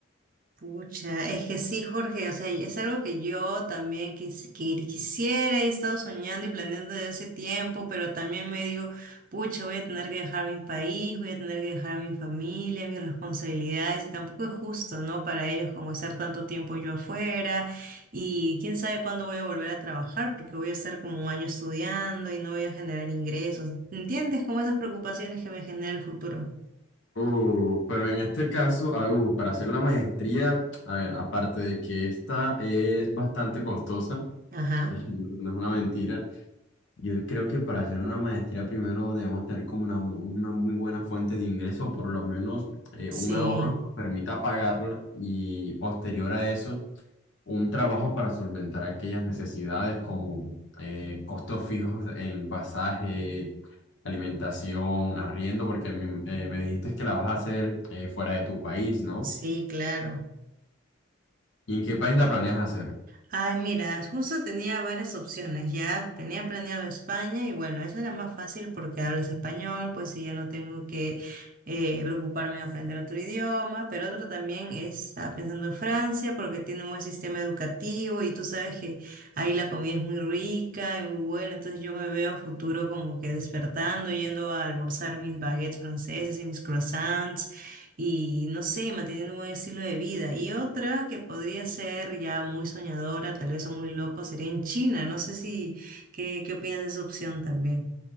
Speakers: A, on the right; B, on the left.
A: Pucha, es que sí, Jorge, o sea, es algo que yo también quis- que quisiera, he estado soñando y planeando desde hace tiempo, pero también me digo, pucha, voy a tener que dejar mi país, voy a tener que dejar a mi familia, mis responsabilidades, y tampoco es justo, ¿no? Para ellos como estar tanto tiempo yo afuera, y quién sabe cuándo voy a volver a trabajar, porque voy a estar como un año estudiando y no voy a generar ingresos. ¿Entiendes? Como esas preocupaciones que me genera el futuro.
B: Uh, pero en este caso, ah, uh, para hacer la maestría, a ver, aparte de que esta es bastante costosa,
A: Ajá,
B: <laughs> no es una mentira, yo creo que para hacer una maestría primero debemos tener como una, una muy buena fuente de ingreso, o por lo menos eh,
A: sí,
B: un ahorro que nos permita pagarla y posterior a eso un trabajo para solventar aquellas necesidades como eh, costos fijos en pasaje, alimentación, arriendo, porque me, eh, me dijiste que la vas a hacer eh, fuera de tu país, ¿no?
A: sí, claro.
B: ¿Y en qué país la planeas hacer?
A: Ay, mira, justo tenía varias opciones, ya tenía planeado España y bueno, eso era más fácil porque hablas español, pues y ya no tengo que eh, preocuparme en aprender otro idioma, pero otro también es, estaba pensando en Francia porque tiene un buen sistema educativo y tú sabes que ahí la comida es muy rica y muy buena, entonces yo me veo a futuro como que despertando, yendo a almorzar mis baguettes franceses y mis croissants y no sé, manteniendo un buen estilo de vida. Y otra que podría ser ya muy soñadora, tal vez o muy loco, sería en China. No sé si, ¿qué, qué opinas de esa opción también?